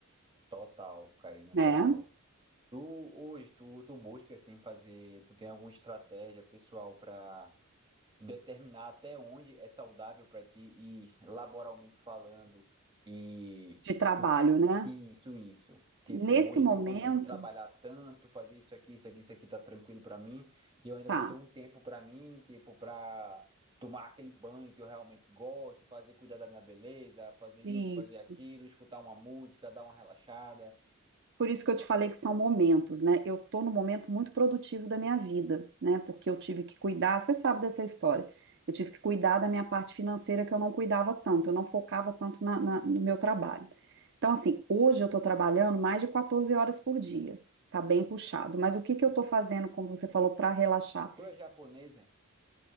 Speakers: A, on the right; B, on the right.
A: Total, Karina,
B: né,
A: total. Tu hoje, tu, tu busca assim fazer, tu tem alguma estratégia pessoal para determinar até onde é saudável para ti e laboralmente falando e
B: de trabalho, né?
A: e isso e isso. Tipo,
B: Nesse
A: hoje
B: momento,
A: eu consigo trabalhar tanto, fazer isso aqui, isso aqui, isso aqui tá tranquilo para mim, e eu ainda
B: tá.
A: vou ter um tempo para mim, tipo, para tomar aquele banho que eu realmente gosto, fazer cuidar da minha beleza, fazer isso,
B: Isso.
A: fazer aquilo, escutar uma música, dar uma relaxada.
B: Por isso que eu te falei que são momentos, né? Eu tô num momento muito produtivo da minha vida, né? Porque eu tive que cuidar, você sabe dessa história. Eu tive que cuidar da minha parte financeira que eu não cuidava tanto, eu não focava tanto na- na- no meu trabalho. Então, assim, hoje eu tô trabalhando mais de 14 horas por dia. Tá bem puxado. Mas o que que eu tô fazendo, como você falou, para relaxar?
A: Tu é japonesa?